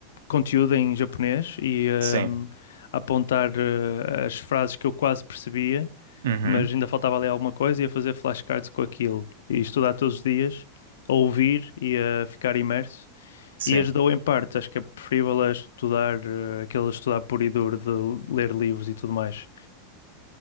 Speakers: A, on the left (about 80°); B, on the right (about 80°).
A: conteúdo em japonês e
B: sim.
A: hum, a apontar eh, as frases que eu quase percebia
B: Uhum,
A: mas ainda faltava ali alguma coisa, e a fazer flashcards com aquilo e estudar todos os dias, a ouvir e a ficar imerso.
B: sim.
A: E ajudou em parte, acho que é preferível a estudar, eh, aquele estudar puro e duro de ler livros e tudo mais.